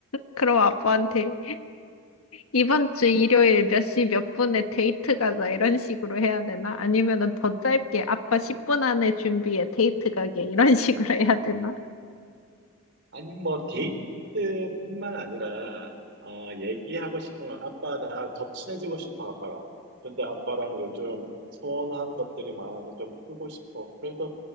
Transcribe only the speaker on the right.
아니, 뭐, 데이트뿐만 아니라, 어, 얘기하고 싶은 건, 아빠, 나 더 친해지고 싶어, 아빠랑. 근데 아빠랑 요즘 서운한 것들이 많아서 좀 풀고 싶어. 그래서,